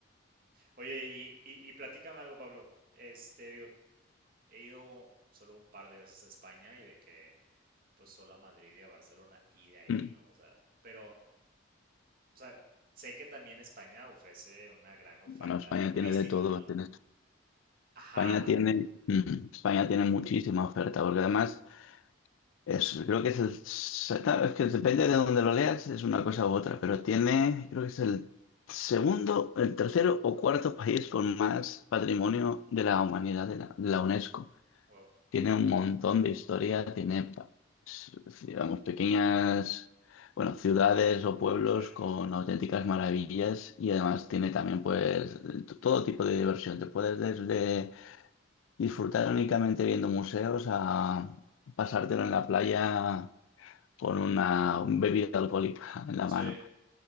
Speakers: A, on the right; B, on the left.
A: Oye, y, y, y platícame algo, Pablo. Este, digo, he ido solo un par de veces a España y de que, pues, solo a Madrid y a Barcelona y de ahí,
B: Mm,
A: ¿no? O sea, pero, o sea, sé que también España ofrece una gran oferta
B: Bueno, España
A: turística,
B: tiene de todo.
A: ¿no?
B: tiene-
A: Ajá,
B: España tiene, mm, España
A: eh,
B: tiene muchísima oferta, porque además es, creo que es el, se- claro, es que depende de donde lo leas, es una cosa u otra, pero tiene, creo que es el segundo, el tercero o cuarto país con más patrimonio de la humanidad de la, de la UNESCO.
A: wow,
B: Tiene un montón de historia, tiene, pa- s- digamos, pequeñas, bueno, ciudades o pueblos
A: sí,
B: con auténticas maravillas y además tiene también, pues, t- todo tipo de diversión. Te puedes desde disfrutar únicamente viendo museos a pasártelo en la playa con una bebida alcohólica <laughs> en la
A: sí,
B: mano.